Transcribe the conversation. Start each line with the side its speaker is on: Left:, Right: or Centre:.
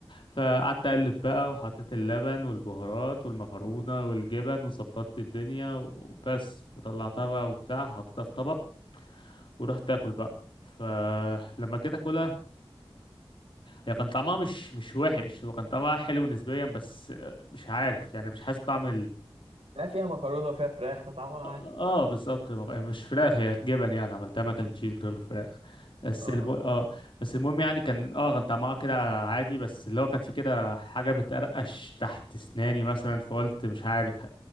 Left: فقعدت أقلب
Right: مم.
Left: بقى وحطيت اللبن والبهارات والمكرونة والجبن وظبطت الدنيا وبس وطلعتها بقى وبتاع حطيتها في طبق ورحت أكل بقى فلما جيت أكلها هي كان طعمها مش مش وحش هو كان طعمها حلو نسبيا بس مش عارف يعني مش حاسس بطعم
Right: لا فيها مكرونه وفيها فراخ طعمها عارف
Left: اه بالظبط مش فراخ هي جبن يعني عملتها ماك اند تشيز بدل الفراخ بس
Right: اه
Left: البو... اه بس المهم يعني كان اه كان طعمها كده عادي بس اللي هو كان في كده حاجه بتقرقش تحت اسناني مثلا فقلت مش عارف